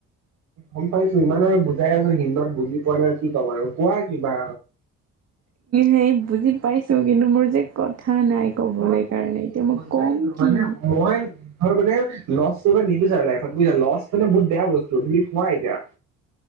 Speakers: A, on the right (about 90°); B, on the right (about 55°).
A: গম পাইছো ইমান আৰু বুজাই আছো হিন্দত বুজি পোৱা নাই কি ক'ম আৰু কোৱা কিবা।।
B: সেই বুজি পাইছো। কিন্তু মোৰ যে কথা নাই ক'বলৈ
A: মই বুজিছো
B: কাৰণে এতিয়া
A: বুজাই
B: মই কম
A: ন মানে
B: কি।
A: মই মানে লছ কৰিব নিবিচাৰ লাইফত বুজছা লছ মানে বহুত বেয়া বস্তু তুমি কোৱা এতিয়া।